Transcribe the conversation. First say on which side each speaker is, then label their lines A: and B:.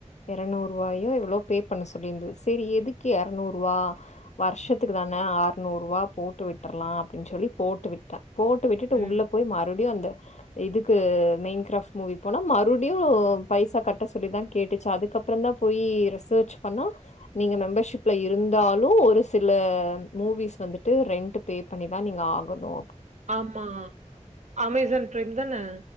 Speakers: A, on the left (about 65°); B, on the right (about 70°).
A: எரநூறு ரூவாயோ எவ்ளோ பே பண்ண சொல்லியிருந்து செரி எதுக்கு எரநூறு ரூவா வருஷத் துக்கு தானே ஆறுநூறு ரூவா போட்டு விட்டுர்லா அப்டின்னு சொல்லி போட்டு விட்டே போட்டு விட்டுட்டு
B: ம்.
A: உள்ளே போய் மறுபடியு அந்த இதுக்கு மெயின் கிராஃப்ட் மூவி போனா மறுபடியு பைசா கட்ட சொல்லிதா கேட்டுச்சு அதுக்கப்புறந்தா போயி ரிசர்ச் பண்ணா நீங்க மெம்பர்ஷிப்ல இருந்தாலு ஒரு சி இல்ல மூவிஸ் வந்துட்டு ரெண்ட்ட் பே பண்ணி தா நீங்க ஆகணு
B: ஆமா அமேசான் பிரைம் தானே